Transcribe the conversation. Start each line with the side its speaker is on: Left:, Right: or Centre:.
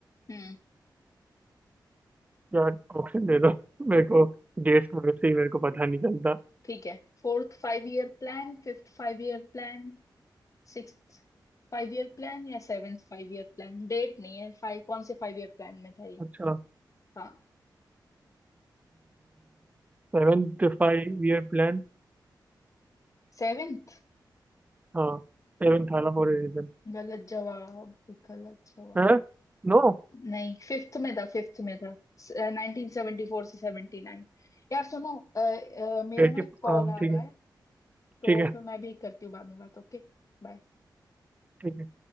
Left: हम्म
Right: यार ऑप्शन दे दो मेरे को डेट्स में वैसे ही मेरे को पता नहीं चलता
Left: ठीक है fourth five year plan fifth five year plan sixth five year plan या seventh five year plan Date नहीं है फाइव कौन से फाइव ईयर प्लान में था ये
Right: अच्छा
Left: हाँ
Right: Seventh five year plan
Left: सेवेंथ
Right: हाँ सेवेंथ आला फॉर ए रीजन
Left: गलत जवाब गलत जवाब
Right: है नो
Left: नहीं फिफ्थ में था फिफ्थ में था नाइनटीन सेवेंटी फोर से सेवेंटी नाइन यार सुनो अ, अ, मेरा
Right: एटी
Left: ना एक कॉल
Right: हाँ
Left: आ
Right: ठीक
Left: रहा
Right: है
Left: है तो
Right: ठीक है
Left: फिर मैं भी करती हूँ बाद में बात ओके बाय।
Right: ठीक है